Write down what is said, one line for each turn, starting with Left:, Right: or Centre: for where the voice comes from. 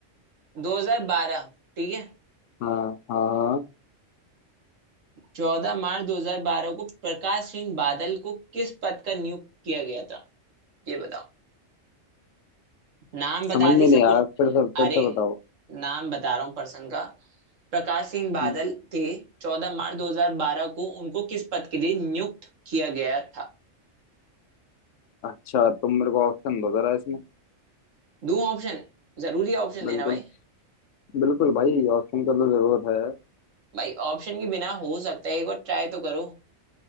Right: 2012 ठीक है
Left: हाँ हाँ
Right: चौदह मार्च 2012 को प्रकाश सिंह बादल को किस पद का नियुक्त किया गया था ये बताओ नाम बता
Left: समझ में
Right: दी सब
Left: नहीं
Right: कुछ
Left: आया फिर से फिर
Right: अरे
Left: से बताओ
Right: नाम बता रहा हूँ पर्सन का प्रकाश सिंह बादल
Left: हम्म,
Right: थे चौदह मार्च 2012 को उनको किस पद के लिए नियुक्त किया गया था
Left: अच्छा तुम मेरे को ऑप्शन दो जरा इसमें
Right: दूं ऑप्शन जरूरी है ऑप्शन
Left: बिल्कुल
Right: देना भाई
Left: बिल्कुल भाई ऑप्शन का तो जरूरत है
Right: भाई ऑप्शन के बिना हो सकता है एक बार ट्राई तो करो